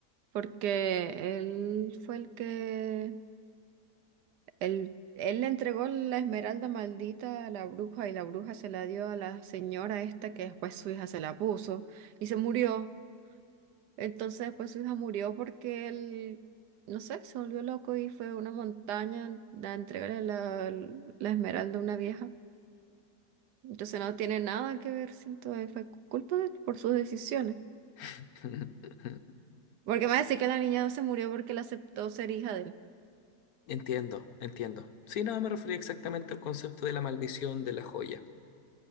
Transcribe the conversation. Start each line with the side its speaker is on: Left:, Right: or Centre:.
Right: porque él fue el que, él, él le entregó la esmeralda maldita a la bruja y la bruja se la dio a la señora esta que después su hija se la puso y se murió. Entonces después su hija murió porque él, no sé, se volvió loco y fue a una montaña a entregarle la, la esmeralda a una vieja. Entonces no tiene nada que ver, siento, eh, fue culpa de él por sus decisiones.
Left: <laughs>
Right: Porque me va a decir que la niña no se murió porque él aceptó ser hija de él.
Left: Entiendo, entiendo. Sí, no, me refería exactamente al concepto de la maldición de la joya.